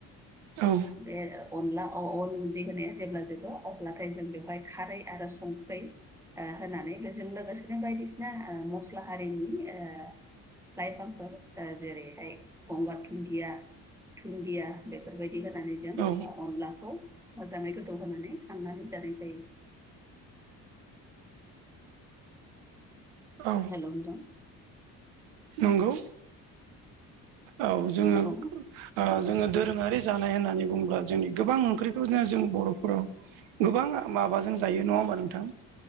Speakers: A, on the right; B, in the centre.
A: औ
B: बे अनला अन उन्दै होनाया जेब्ला जोबो अब्लाथाय जों बेवहाय खारै आरो संख्रै ओ होनानै बेजों लोगोसेनो बायदिसिना ओ मस्ला हारिनि ओ लइफांफोर ओ जेरैहाय गंगार धुन्दिया धुन्दिया बेफोरबायदि होनानै जों
A: औ
B: जों अनलाखौ मोजाङै गोदौहानै खांनानै जानाय जायो।
A: औ
B: हेलौ नोंथां
A: नंगौ औ जोङो
B: औ
A: ओ जोङो दोरोङारि जानाय होननानै बुङोब्ला जोंनि गोबां ओंख्रिखौ जों बर'फोराव गोबां माबाजों जायो नङा होमबा नोंथां